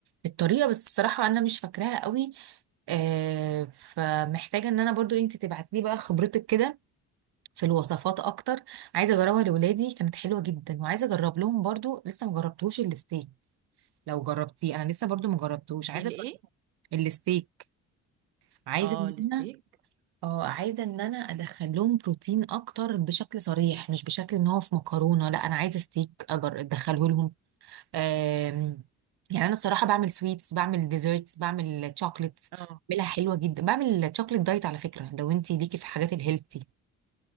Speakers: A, on the right (about 65°); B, on the right (about 90°).
A: الطريقه بس الصراحه انا مش فاكراها قوي آه، فمحتاجة ان انا برضو انت تبعتي لي بقى خبرتك كده في الوصفات اكتر عايزة اجربها لولادي كانت حلوة جدا وعايزة اجرب لهم برضو لسه ما جربتوش الستيك لو جربتيه انا لسه برضو ما جربتوش عايزة
B: الايه
A: أجرب الستيك عايزة
B: اه
A: ان
B: الستيك
A: انا اه عايزة ان انا ادخل لهم بروتين اكتر بشكل صريح مش بشكل ان هو في مكرونة لا انا عايزة ستيك اجر ادخله لهم آم، يعني انا الصراحه بعمل سويتس بعمل ديزرتس بعمل شوكليتس
B: اه
A: بعملها حلوه جدا بعمل شوكليت دايت على فكره لو انت ليكي في حاجات الهيلثي